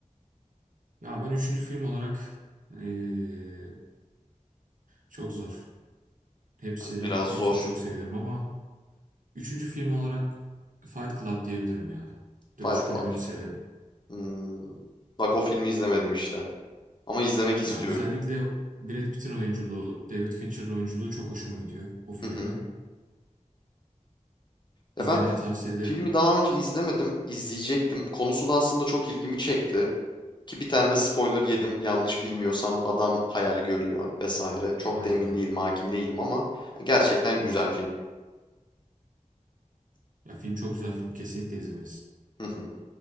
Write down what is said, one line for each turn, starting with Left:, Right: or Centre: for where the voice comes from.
Right: Ya ben üçüncü film olarak eee, çok zor. Hepsini
Left: Biraz
Right: hepsini
Left: zor.
Right: çok seviyorum ama üçüncü film olarak Fight Club diyebilirim ya. Dövüş
Left: Fight Club.
Right: kulübünü severim.
Left: Hmm. Bak o filmi izlemedim işte. Ama izlemek istiyorum.
Right: Ya özellikle Brad Pitt'in oyunculuğu, David Fincher'ın oyunculuğu çok hoşuma gidiyor o filmde.
Left: Hı hı. Ya
Right: İzlemeni
Left: ben
Right: tavsiye ederim.
Left: Filmi daha önce izlemedim, izleyecektim. Konusu da aslında çok ilgimi çekti. Ki bir tane de spoiler yedim. Yanlış bilmiyorsam adam hayal görüyor vesaire. Çok
Right: Aynen,
Left: da emin değilim, hakim değilim ama gerçekten
Right: aynen.
Left: güzel film.
Right: Ya film çok güzel film, kesinlikle izlemelisin.
Left: Hı hı.